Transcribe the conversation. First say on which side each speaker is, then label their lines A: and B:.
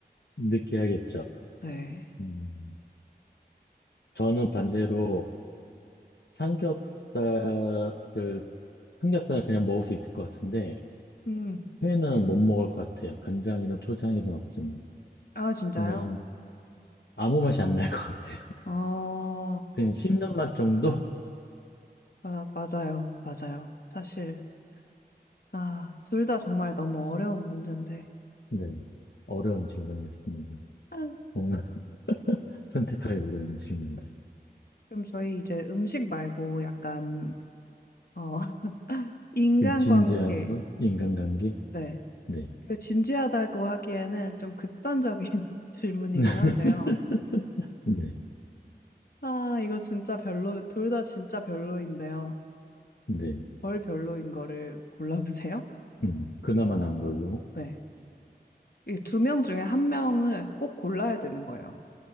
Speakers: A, on the left; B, on the left.
A: 느끼하겠죠.
B: 네.
A: 음, 저는 반대로 삼겹살을, 삼겹살은 그냥 먹을 수 있을 것 같은데,
B: 음.
A: 회는 못 먹을 것 같아요. 간장이든 초장이든 없으면.
B: 아, 진짜요?
A: 그냥 아무 맛이 안 날 것 같아요.
B: 어,
A: 그냥 씹는 맛 정도?
B: 아, 맞아요. 맞아요. 사실 아, 둘 다 정말 너무 어려운 문제인데.
A: 네. 어려운 질문이었습니다.
B: 아,
A: 뭔가 <laughs> 선택하기 어려운 질문이었어요.
B: 네. 그럼 저희 이제 음식 말고 약간 어, <laughs> 인간관계.
A: 좀 진지한 건 인간관계?
B: 네.
A: 네.
B: 그 진지하다고 하기에는 좀 극단적인 <laughs> 질문이긴
A: <laughs>
B: 한데요.
A: 네.
B: 아, 이거 진짜 별로, 둘 다 진짜 별로인데요.
A: 네.
B: 별 별로인 거를 골라보세요.
A: 음, 그나마 난 걸로.
B: 네. 이 두 명 중에 한 명을 꼭 골라야 되는 거예요.